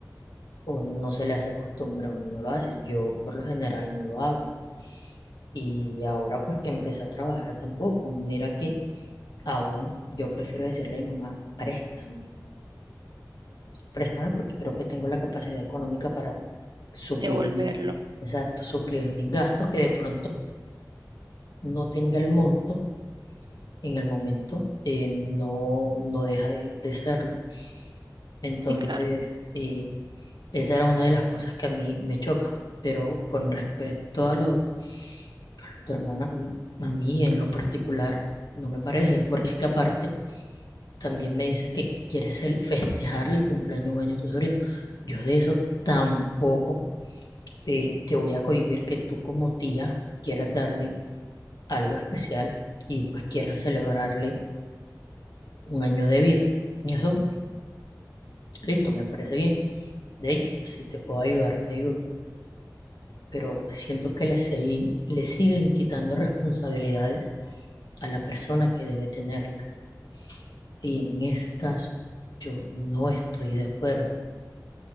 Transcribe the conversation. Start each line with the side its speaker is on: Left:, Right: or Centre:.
Left: o no se le hace costumbre, uno no lo hace. Yo por lo general no lo hago. Y ahora pues que empecé a trabajar tampoco. Mira que aún yo prefiero decirle a mi mamá, préstame, préstame porque creo que tengo la capacidad económica para suplir
Right: Devolverlo.
Left: mi, exacto, suplir mis gastos que de pronto no tenga el monto en el momento, eh, no, no deja de, de serlo. Entonces,
Right: Sí, claro.
Left: eh, esa era una de las cosas que a mí me choca. Pero con respecto a lo de tu hermana, a mí, a mí en lo particular no me parece, porque es que aparte también me dices que quieres el, festejar el cumpleaños de un año de tu sobrino. Yo de eso tampoco eh, te voy a cohibir que tú como tía quieras darle algo especial y pues quieras celebrarle un año de vida. Y eso, listo, me parece bien. De hecho, si te puedo ayudar, te ayudo pero siento que le, segui- le siguen quitando responsabilidades a la persona que debe tenerlas. Y en ese caso, yo no estoy de acuerdo,